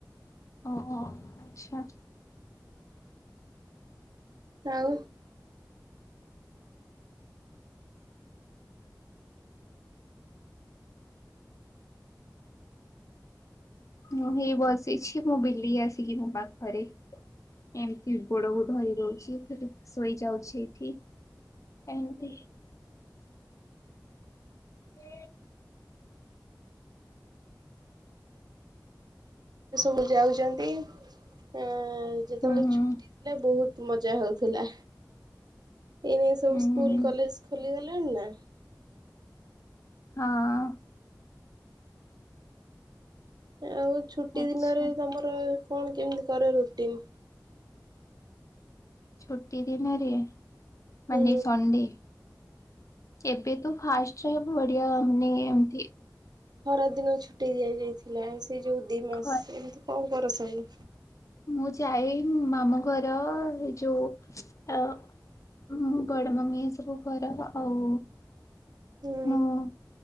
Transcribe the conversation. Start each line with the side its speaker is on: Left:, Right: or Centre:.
Left: ଓହୋ ଆଚ୍ଛା।
Right: ଆଉ।
Left: ମୁଁ ହେଇ ବସିଛି ମୋ ବିଲି ଆସିକି ମୋ ପାଖରେ। ଏମିତି ଗୋଡ କୁ ଧରି ରହୁଛି ହୁଁ ହୁଁ ଶୋଇଯାଉଛି ଏଠି। ଏମିତି। ହ
Right: ସବୁ ଯାଉଛନ୍ତି ଆଁ ଯେତେବେଳେ
Left: ହୁଁ ହୁଁ
Right: ଛୁଟି ଥିଲା ବହୁ ମଜା ହଉଥିଲା ଏଇନେ ସବୁ
Left: ହୁଁ
Right: ସ୍କୁଲ
Left: ହୁଁ
Right: କଲେଜ ଖୋଲିଗଲାଣି ନା।
Left: ହଁ।
Right: ଆଉ ଛୁଟି
Left: ଆଚ୍ଛା।
Right: ଦିନରେ ତମର କଣ କେମିତି କର ରୁଟିନ?
Left: ଛୁଟି ଦିନରେ ମାନେ
Right: ହୁଁ
Left: ସଣ୍ଡେ। ଏବେ ତ ଫାର୍ଷ୍ଟରେ ବଢିଆ ମାନେ ଏମିତି।
Right: ଖରାଦିନ ଛୁଟି ଦିଆଯାଇଥିଲା ସେଇ ଯୋଉ ଦି ମାସ
Left: ଘ
Right: ଏମିତି କଣ କର ସବୁ।
Left: ମୁଁ ଯାଏ ମାମୁଁ ଘର ଏ ଯୋଉ ଆ ଆଉ ମୁଁ ବଡ ମାମି ଏ ସବୁ ଘର ଆଉ।
Right: ହୁଁ
Left: ହଁ